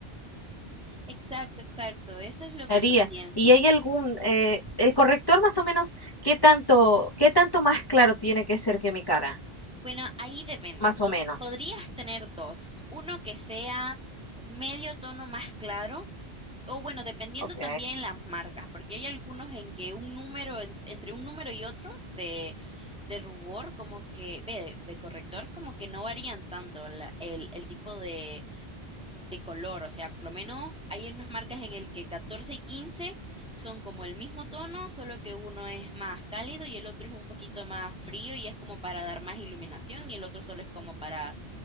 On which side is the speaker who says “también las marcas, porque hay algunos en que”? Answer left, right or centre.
Centre